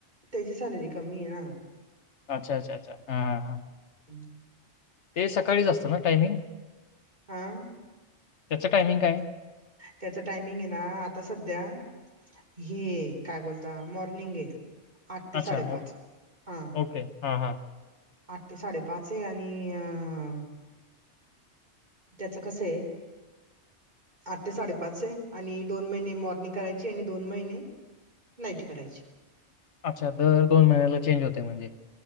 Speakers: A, on the right; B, on the left.
A: त्याची सॅलरी कमी आहे ना?
B: अच्छा, अच्छा, अच्छा, हां हां हां..
A: ना
B: ते सकाळीच असतं ना टायमिंग?
A: हं
B: त्याच टायमिंग काय?
A: त्याचं टायमिंग आहे ना, आता सध्या, हे काय बोलता मॉर्निंग हे. आठ ते
B: अच्छा,
A: साडेपाच..
B: ओ
A: हं.
B: ओके. हां हां
A: आठ ते साडेपाच आहे आणि अं.. त्याच कसं आहे? आठ ते साडेपाच आहे आणि दोन महिने मॉर्निंग करायची आणि दोन महिने.. नाईट करायची.
B: अच्छा, दर दोन महिन्याला चेंज होते म्हणजे?